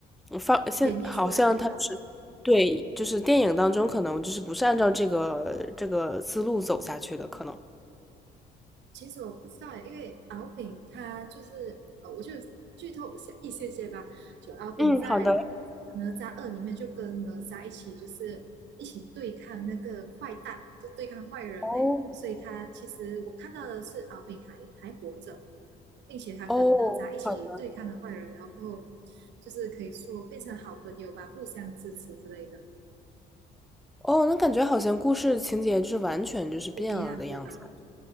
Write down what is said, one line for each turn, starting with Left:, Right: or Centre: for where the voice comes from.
Centre: 放现好像他是对就是电影当中可能就是不是按照这个这个思路走下去的可能。
Right: 演绎出来对吧？其实我不知道诶，因为敖丙他就是呃，我就剧透一些一些些吧。就敖丙在
Centre: 嗯，好的。
Right: 哪吒二里面就跟哪吒一起，就是一起对抗那个坏蛋，就对抗坏人诶。
Centre: 哦
Right: 所以他其实我看到的是敖丙还还活着，并且他跟哪吒一起对抗了坏人，
Centre: 哦，好的。
Right: 然后过后就是可以说变成好朋友吧，互相支持之类的，
Centre: 哦，那感觉好像故事情节就是完全就是变了的样子。
Right: 不一样对吧？